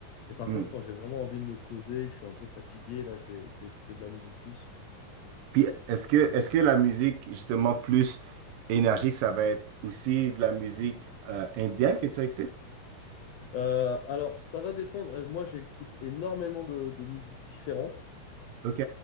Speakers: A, on the left; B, on the right.
A: Et par
B: Hmm.
A: contre, quand j'ai vraiment envie de me poser, que je suis un peu fatigué, là je vais, je vais écouter de la musique douce.
B: Puis est-ce que est-ce que la musique justement plus énergique, ça va être aussi de la musique euh, indienne que tu as écoutée?
A: Euh, alors, ça va dépendre. Euh, Moi, j'écoute énormément de, de musiques différentes.
B: OK.